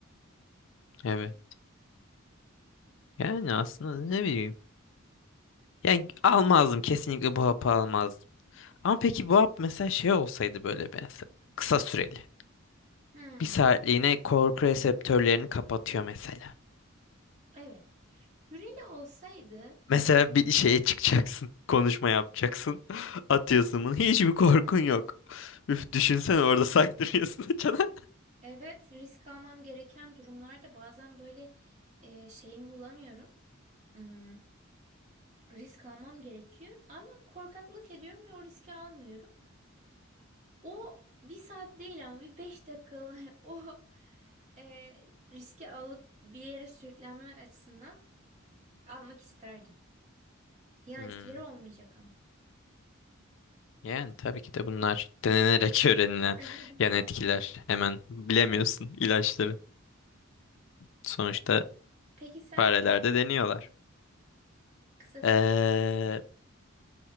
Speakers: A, on the left (about 60°); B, on the right (about 35°).
A: Evet. Yani aslında ne bileyim. Yani almazdım. Kesinlikle bu hapı almazdım. Ama peki bu hap mesela şey olsaydı böyle mesela. Kısa süreli.
B: Hmm,
A: Bir saatliğine korku reseptörlerini kapatıyor mesela.
B: evet. Hürele olsaydı
A: Mesela bir şeye çıkacaksın. <laughs> Konuşma yapacaksın. <laughs> Atıyorsun bunu. Hiçbir korkun yok. Üf düşünsene orada saydırıyorsun <laughs> açana.
B: Evet, risk almam gereken durumlarda bazen böyle e, şeyimi bulamıyorum. Hmm, risk almam gerekiyor ama korkaklık ediyorum ve o riski almıyorum. O bir saat değil ama bir beş dakikalığına <laughs> o e, riski alıp bir yere sürüklenme açısından almak isterdim. Yan
A: Hmm.
B: etkileri olmayacak ama.
A: Yani tabii ki de bunlar denenerek <laughs> öğrenilen
B: <laughs>
A: yan etkiler. Hemen bilemiyorsun ilaçları. Sonuçta
B: Peki sen
A: farelerde deniyorlar.
B: kısa süre.
A: Ee,